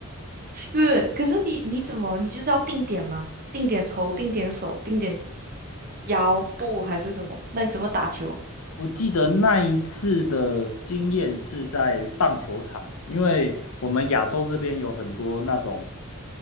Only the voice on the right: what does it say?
是，可是你你怎么，你就是要定点吗？定点头，定点手，定点腰部还是什么？那你怎么打球？